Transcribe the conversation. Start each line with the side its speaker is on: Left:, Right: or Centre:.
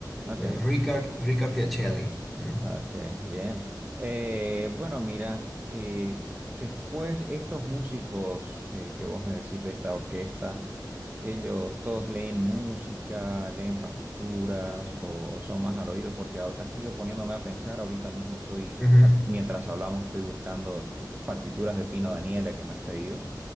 Right: ok,
Centre: eh, Ricard, Ricard Fiacelli, ¿no?
Right: Okay, bien. Eh, bueno, mira, eh, después estos músicos eh, que vos me decís de esta orquesta, ellos todos leen música, leen partituras o, o son más al oído, porque a- aquí yo poniéndome a pensar, ahorita mismo estoy,
Centre: Ujú.
Right: a- mientras hablamos, estoy buscando partituras de Pino Daniele que me has pedido